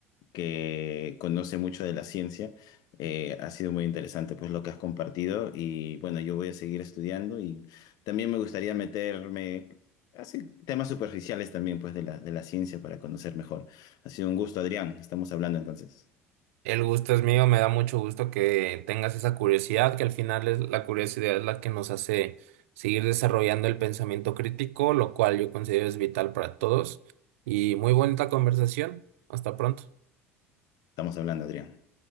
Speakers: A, on the left; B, on the right.
A: que conoce mucho de la ciencia. Eh, ha sido muy interesante pues lo que has compartido y bueno, yo voy a seguir estudiando y también me gustaría meterme así temas superficiales también pues de la, de la ciencia para conocer mejor. Ha sido un gusto, Adrián. Estamos hablando entonces.
B: El gusto es mío, me da mucho gusto que tengas esa curiosidad, que al final es la curiosidad la que nos hace seguir desarrollando el pensamiento crítico, lo cual yo considero es vital para todos. Y muy bonita conversación. Hasta pronto.
A: Estamos hablando, Adrián.